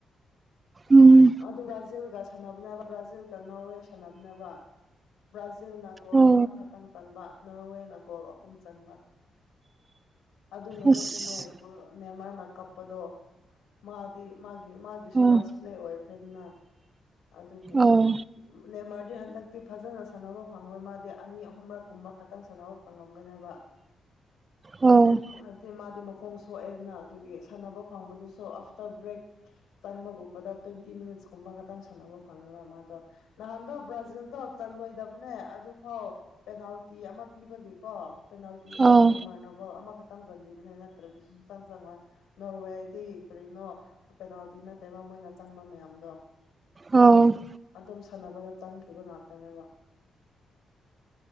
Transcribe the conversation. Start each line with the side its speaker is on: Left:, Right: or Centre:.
Right: ꯎꯝ
Left: ꯑꯗꯨꯒ ꯕ꯭ꯔꯥꯖꯤꯜꯒ ꯁꯥꯟꯅꯕꯅꯦꯅꯕ ꯕ꯭ꯔꯥꯖꯤꯜꯒ ꯅꯣꯔꯋꯦ ꯁꯥꯟꯅꯕꯅꯦꯅꯕ ꯕ꯭ꯔꯥꯖꯤꯜꯅ ꯒꯣꯜ
Right: ꯑꯣ
Left: ꯑꯃꯈꯛꯇꯪ ꯆꯟꯕ ꯅꯣꯔꯋꯦꯅ ꯒꯣꯜ ꯑꯍꯨꯝ ꯆꯟꯕ ꯑꯗꯨ ꯅꯨꯃꯤꯠꯇꯨꯅꯦ
Right: ꯑꯁ
Left: ꯅꯦꯃꯔꯅ ꯀꯞꯄꯗꯣ ꯃꯥꯗꯤ ꯃꯥꯒꯤ ꯃꯥꯒꯤ ꯒꯤꯁꯨ
Right: ꯑꯣ
Left: ꯂꯥꯁ ꯄ꯭ꯂꯦ ꯑꯣꯏꯈ꯭ꯔꯦꯗꯅ ꯑꯗꯨꯒꯤ
Right: ꯑꯣ
Left: ꯅꯦꯃꯔꯗꯤ ꯍꯟꯗꯛꯇꯤ ꯐꯖꯅ ꯁꯥꯟꯅꯕ ꯐꯪꯉꯣꯏ ꯃꯥꯗꯤ ꯑꯅꯤ ꯑꯍꯨꯝꯔꯛ ꯀꯨꯝꯕ ꯈꯛꯇꯪ ꯁꯥꯟꯅꯕ ꯐꯪꯉꯝꯒꯅꯦꯕ
Right: ꯑꯣ
Left: ꯍꯥꯏꯗꯤ ꯃꯥꯗꯤ ꯃꯈꯣꯡ ꯁꯣꯛꯑꯦꯗꯅ ꯑꯗꯨꯒꯤ ꯁꯥꯟꯅꯕ ꯐꯪꯕꯗꯨꯁꯨ ꯑꯥꯐꯇꯔ ꯕ꯭ꯔꯦꯛ ꯆꯪꯕꯒꯨꯝꯕꯗ ꯇ꯭ꯋꯦꯟꯇꯤ ꯃꯤꯅꯠꯁ ꯀꯨꯝꯕ ꯈꯇꯪ ꯁꯥꯟꯅꯕ ꯐꯪꯉꯦꯕ ꯃꯥꯗꯣ ꯅꯍꯟꯗꯣ ꯕ꯭ꯔꯖꯤꯜꯗꯣ ꯆꯜꯂꯣꯏꯗꯕꯅꯦ ꯑꯗꯨꯐꯥꯎ ꯄꯦꯅꯥꯜꯇꯤ ꯑꯃ ꯄꯤꯕꯒꯤꯀꯣ ꯄꯦꯅꯥꯜꯇꯤꯗ
Right: ꯑꯣ
Left: ꯅꯦꯃꯔꯅ ꯒꯣꯜ ꯑꯃ ꯈꯇꯪ ꯆꯟꯕꯤꯕꯅꯦ ꯅꯠꯇ꯭ꯔꯗꯤ ꯁꯨꯡꯆꯪ ꯆꯪꯉꯣꯏ ꯅꯣꯔꯋꯦꯗꯤ ꯀꯔꯤꯅꯣ ꯄꯦꯅꯥꯜꯇꯤ ꯅꯠꯇꯦꯕ ꯃꯣꯏꯅ ꯆꯪꯕ ꯃꯌꯥꯝꯗꯣ
Right: ꯑꯧ
Left: ꯑꯗꯨꯝ ꯁꯥꯟꯅꯕꯗ ꯆꯪꯈꯤꯕ ꯉꯥꯛꯇꯅꯦꯕ꯫